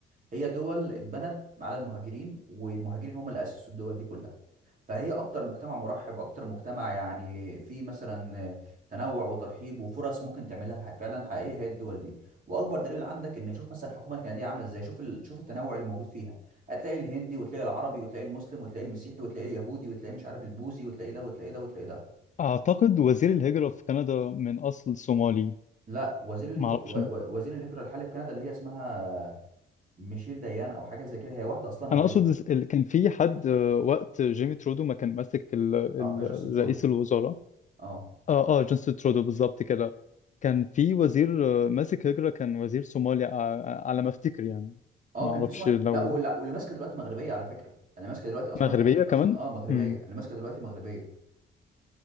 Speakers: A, on the right (about 45°); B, on the left (about 40°).
A: هي دول اتبنت على المهاجرين والمهاجرين هم اللي اسسوا الدول دي كلها فهي اكتر مجتمع مرحب اكتر مجتمع يعني فيه مثلا تنوع وترحيب وفرص ممكن تعملها في حي- فعلا حقيقيه هي الدول دي واكبر دليل عندك ان شوف مثلا الحكومه الكنديه عامله ازاي شوف ال... شوف التنوع اللي موجود فيها هتلاقي الهندي وتلاقي العربي وتلاقي المسلم وتلاقي المسيحي وتلاقي اليهودي وتلاقي مش عارف البوذي وتلاقي ده وتلاقي ده وتلاقي ده
B: اعتقد وزير الهجرة في كندا من اصل صومالي
A: لا وزير الهز...
B: ما اعرفش
A: و... و- وزير الهجره الحالي في كندا اللي هي اسمها ميشيل ديان او حاجه زي كده هي واحده اصلها مغربي
B: انا اقصد ز- ال- كان في حد آه، وقت جيمي ترودو ما كان ماسك ال- ال-
A: اه جاستن ترودو
B: رئيس الوزراء
A: اه
B: اه اه جيمس ترودو بالظبط كده كان في وزير آه، ماسك هجرة كان وزير صومالي آه، آه، على ما افتكر يعني
A: اه
B: ما
A: كان
B: اعرفش
A: في سومال
B: لو
A: لا ولا واللي ماسكه دلوقتي مغربيه على فكره اللي ماسكه دلوقتي اصلا
B: مغربية
A: مغربي
B: كمان
A: اصلا اه مغربيه
B: امم
A: اللي ماسكه دلوقتي مغربيه